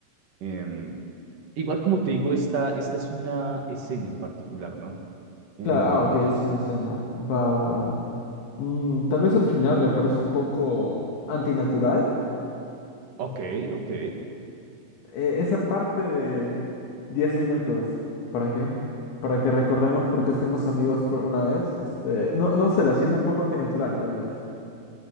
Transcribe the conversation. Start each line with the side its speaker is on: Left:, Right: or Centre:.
Right: Em, igual como te digo, esta, esta es una escena en particular, ¿no? Em,
Left: Claro, ah, ok, es una escena. Va, va. Mm, tal vez el final me parece un poco antinatural.
Right: ok, ok,
Left: Eh, esa parte de 10 minutos, ¿para qué? Para que recordemos por qué fuimos amigos por una vez. Este, no, no sé, la siento un poco antinatural, tal vez.